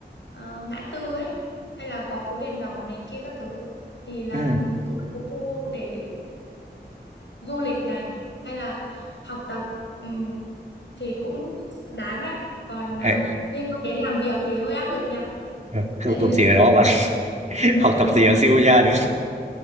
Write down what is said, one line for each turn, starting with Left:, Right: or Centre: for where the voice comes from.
Left: ờ, ngã tư ấy hay là có phố đèn đỏ này kia các thứ ấy. Thì là
Right: Ừ.
Left: cũng là một khu để du lịch này hay là học tập ừm, thì cũng đáng đấy còn ờ,
Right: Ê,
Left: liên quan đến làm việc thì hơi áp lực nha
Right: ờ, Học
Left: tại vì
Right: tập gì ở đó
Left: làm
Right: bạn?
Left: việc
Right: <laughs>
Left: ờ,
Right: Học tập gì ở Shibuya được?